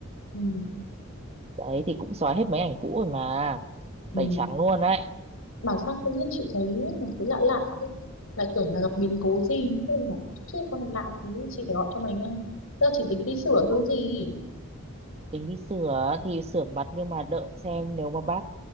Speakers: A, on the left; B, on the right.
A: Ừ.
B: đấy thì cũng xóa hết mấy ảnh cũ rồi mà
A: Ừ.
B: tẩy trắng luôn đấy
A: bảo sao tự nhiên chị thấy mình cứ lạ lạ thế? lại tưởng là gặp biến cố gì thế là bảo chứ con này lạ thế chị phải gọi cho mày ngay giờ chỉ tính đi sửa thôi
B: Ờ,
A: gì
B: tính đi sửa thì sửa mặt nhưng mà đợi xem nếu mà bác